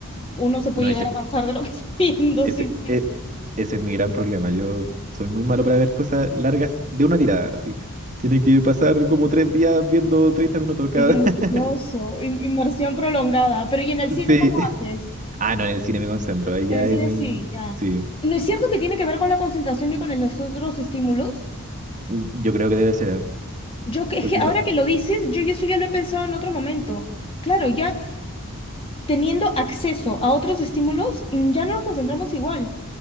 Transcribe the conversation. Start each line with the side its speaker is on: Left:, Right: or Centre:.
Left: uno se puede
Right: No,
Left: llegar
Right: es
Left: a cansar de lo que <laughs> está viendo.
Right: Ese,
Left: Sí, sí.
Right: e- ese es mi gran problema. Yo soy muy malo para ver cosas largas de una tirada, así. Tiene que pasar como tres días viendo 30 minutos cada.
Left: Qué gracioso.
Right: <laughs>
Left: In- Inmersión prolongada. Pero, ¿y en el cine
Right: Sí.
Left: cómo haces?
Right: Ah, no, en el cine me concentro. ahí
Left: En
Right: Ya
Left: el cine
Right: es mi.
Left: sí, ya.
Right: Sí.
Left: ¿No es cierto que tiene que ver con la concentración y con el- los otros estímulos?
Right: Yo creo que debe ser. ¿eh?
Left: Yo que,
Right: Porque
Left: es que ahora
Right: uno.
Left: que lo dices, yo, yo eso ya lo he pensado en otro momento. Claro, ya teniendo acceso a otros estímulos, mm, ya no nos concentramos igual.